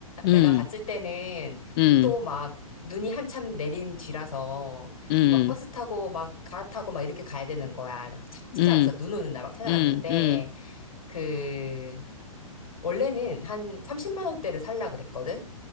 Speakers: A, on the left; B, on the left.
A: 내가
B: 음,
A: 갔을 때는
B: 음,
A: 또 막 눈이 한참 내린 뒤라서
B: 음,
A: 막 버스 타고 막 갈아타고 막 이렇게 가야 되는 거야. 막 차- 찾아갔어.
B: 음.
A: 눈 오는 날 막 찾아갔는데,
B: 음, 음,
A: 그, 원래는 한 30만 원대를 살라 그랬거든?